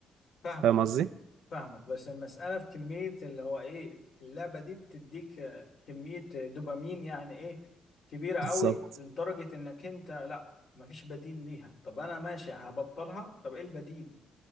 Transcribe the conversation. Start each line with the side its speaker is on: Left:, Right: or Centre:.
Left: فاهمك
Right: فاهم قصدي؟
Left: فاهمك بس المسألة في كمية اللي هو ايه اللعبة دي بتديك آه، كمية دوبامين يعني ايه كبيرة قوي
Right: بالظبط
Left: لدرجة انك انت لا مفيش بديل ليها طب انا ماشي هبطلها طب ايه البديل